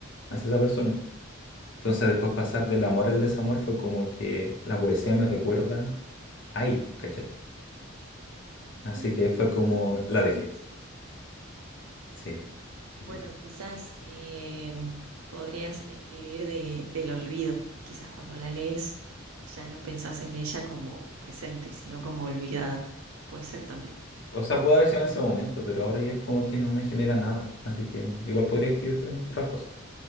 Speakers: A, on the left; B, on the right.
A: hacia esa persona. Entonces después pasar del amor al desamor fue como que la poesía me recuerda a ella, ¿cachai? Así
B: <laughs>
A: que fue como la dejé. Sí, sí,
B: Bueno,
A: sí.
B: quizás eh, podrías escribir de, del olvido. Quizás cuando la lees ya no pensás en ella como presente, sino como olvidada. Puede ser también.
A: O sea, puedo haber sido en ese momento, pero ahora ya es como que no me genera nada. Así que igual podría escribir eh, otras cosas.